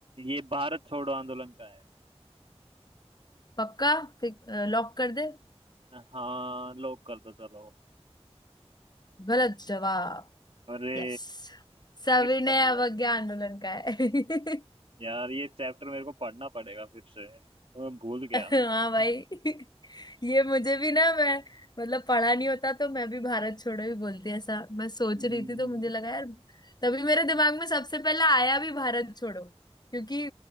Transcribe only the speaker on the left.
पक्का लॉक कर दे
गलत जवाब
यस सविनय
अवज्ञा
आंदोलन का है <laughs>
हाँ भाई
<laughs> ये मुझे भी ना मैं मतलब पढ़ा नहीं होता तो मैं भी भारत छोड़ो ही बोलती ऐसा मैं सोच
रही थी तो मुझे लगा यार तभी मेरे दिमाग में सबसे पहला आया भी भारत छोड़ो क्योंकि